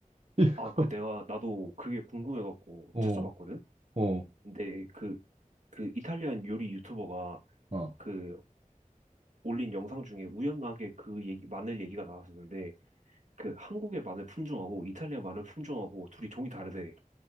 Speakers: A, on the right; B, on the right.
A: <laughs> 이거,
B: 아, 그 내가, 나도 그게 궁금해갖고
A: 어,
B: 찾아봤거든?
A: 어,
B: 근데 그, 그 이탈리안 요리 유튜버가
A: 어.
B: 그 올린 영상 중에 우연하게 그 얘기, 마늘 얘기가 나왔었는데 그 한국의 마늘 품종하고 이탈리아 마늘 품종하고 둘이 종이 다르대.